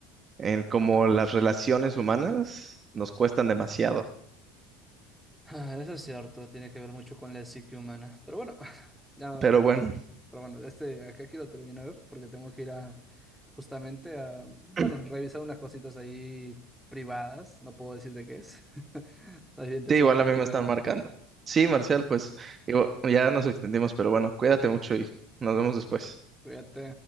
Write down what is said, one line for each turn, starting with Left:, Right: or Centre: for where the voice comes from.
Right: en como
Centre: Total.
Right: las relaciones humanas nos cuestan demasiado,
Centre: Ah, Eso es cierto, tiene que ver mucho con la psique humana. Pero bueno, <laughs> ya,
Right: pero bueno,
Centre: pero bueno, este, acá quiero terminar porque tengo que ir a justamente a, bueno,
Right: <clears throat>
Centre: revisar unas cositas ahí privadas. No puedo decir de qué es. <laughs> Más bien te
Right: sí,
Centre: sigo
Right: igual
Centre: hablando
Right: a mí me
Centre: luego.
Right: están marcando. Sí, Marcial, pues digo, ya nos extendimos, pero bueno, cuídate mucho y nos vemos después.
Centre: Cuídate.